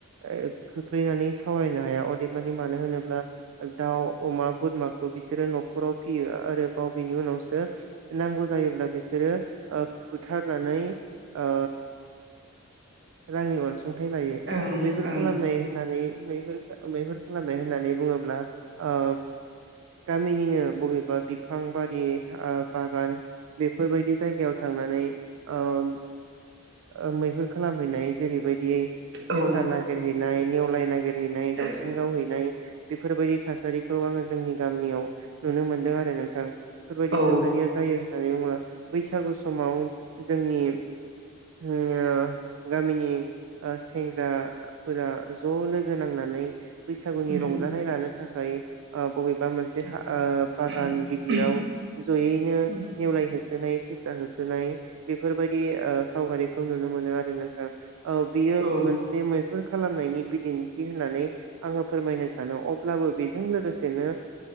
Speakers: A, on the right; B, on the right.
A: ओ खोख्लैनानै सावरायनो हाया अदेबानि मानो होनोब्ला दाउ अमा बोरमाखौ बिसोरो न' न'खाव फियो आरो बावबनि उनावसो नांगौ जायोब्ला बिसोरो ओ बुथारनानै आ रांनि अनसुं अनसुंथाइ लायो
B: ओं
A: मैहुर खालामनाय होननानै मैहुर खालामनाय होननानै बुङोब्ला ओ गामिनिनो बबेबा बिफां बारि बागान बेफोरबायदि जायगायाव थांनानै ओ मैह खालामहैनाय जेरै बायदि सेेसा
B: औ
A: ना <unintelligible> नाय नेवलाय नागिरनाय हैनाय
B: दे
A: दावसिन गावहैनाय बेफोरबायदि थासारिखौ आङो जोंनि गामियाव नुनो मोनदों आरो नों गोथां बेफोर बायदि
B: औ
A: थासारिया जायो। होननानै बुङोब्ला बैसागु समाव जोंनि ओ गामिनि सेंग्राफोरा ज' लोगो नांनानै बैसागुनि
B: उम,
A: रंजानाय लानो थाखाय आ बबेबा मोनसे
B: औ औ
A: ओ बागान
B: उम,
A: गिदिराव ज'यैनो
B: उम,
A: नेवलाय हो होनाय सेसा होसोनाय बेफोर बायदि सावगारि खौ‌‌ नुनो आरो औ‌ बियो
B: औ
A: मोनसे बे खालामनायनि बिदिन्थि होननानै आङो फोरमायनो सानो अब्लाबो बेजों लोगोसे बेनो